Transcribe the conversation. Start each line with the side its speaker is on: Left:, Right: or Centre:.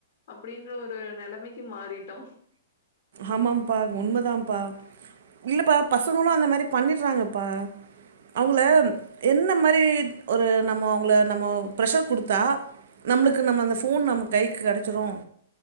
Left: அப்டின்ற ஒரு நெலமைக்கி மாறிட்டோ
Right: ஆமாம்ப்பா உண்மதான்ப்பா இல்லப்பா பசங்களு அந்த மாரி பண்ணிட்றாங்கப்பா அவுங்கள என்ன மாரி ஒரு நம்ம அவுங்கள நம்மோ ப்ரஷர் குடுத்தா நம்பளுக்கு நம்ப அந்த போன் நம்ம கைக்கு கெடச்சுரும்